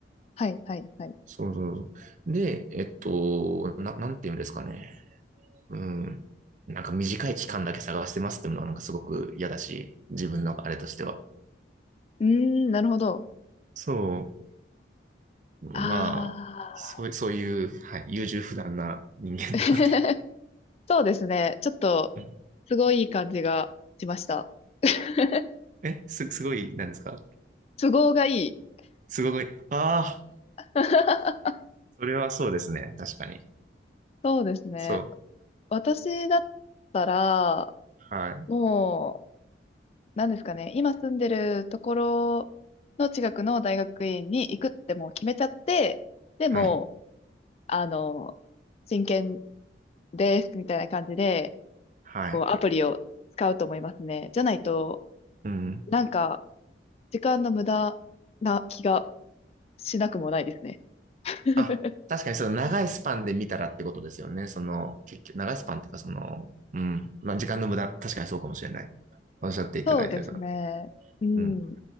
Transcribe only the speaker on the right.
そうそうそう。で、えっと、な、なんて言うんですかね。うん。なんか短い期間だけ探してますってものはなんかすごく嫌だし、自分のあれとしては。
そう。
まあ、そう、そういう、はい、優柔不断な人間なので。
うん
え、す、すごい、何ですか
すごい、ああ、
それはそうですね。確かに。
そう。
はい、
はい、
はい。
うん。
あ、確かにその長いスパンで見たらってことですよね。その、結局、長いスパンっていうか、その、うん。まあ、時間の無駄、確かにそうかもしれない。おっしゃっていただいてると。
うん。